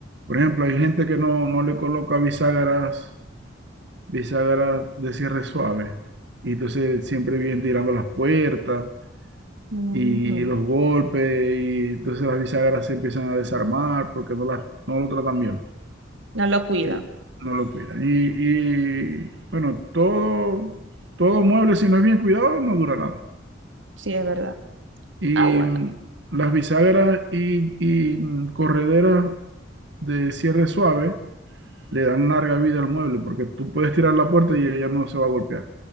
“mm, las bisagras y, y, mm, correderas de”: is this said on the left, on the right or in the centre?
Right